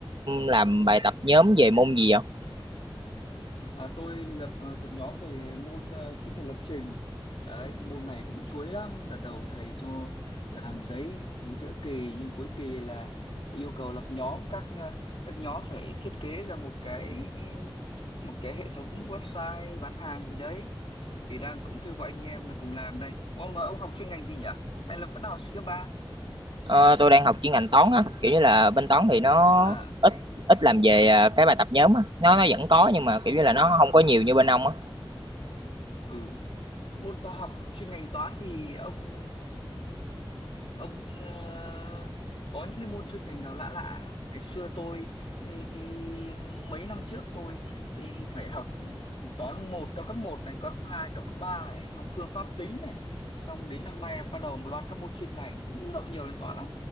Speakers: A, on the right; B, on the left.
A: làm bài tập nhóm về môn gì không
B: À, tôi lập ờ, tập nhóm về môn ờ, kỹ thuật lập trình. Đấy, cái môn này cũng chuối lắm. Đợt đầu thầy cho làm giấy giữa kỳ nhưng cuối kỳ là yêu cầu lập nhóm các ờ, các nhóm phải thiết kế ra một cái một cái hệ thống website bán hàng gì đấy. Thì đang cũng kêu gọi anh em là cùng làm đây. Ủa mà ông học chuyên ngành gì nhỉ? Hay là vẫn học sinh cấp ba?
A: Ờ, tôi đang học chuyên ngành toán á kiểu như là bên toán thì nó
B: À,
A: ít ít làm về à, cái bài tập nhóm á nó nó vẫn có nhưng mà kiểu như
B: ồ,
A: là nó không có nhiều như bên ông á
B: ừ. Môn toán học chuyên ngành toán thì ông ông ờ, có những cái môn chuyên ngành nào lạ lạ không? ngày xưa tôi ấy, mấy năm trước tôi ấy, phải học toán một cao cấp một này cao cấp 2 cao cấp 3 này xong phương pháp tính này xong đến năm nay bắt đầu một loạt các môn chuyên ngành cũng động nhiều đến toán lắm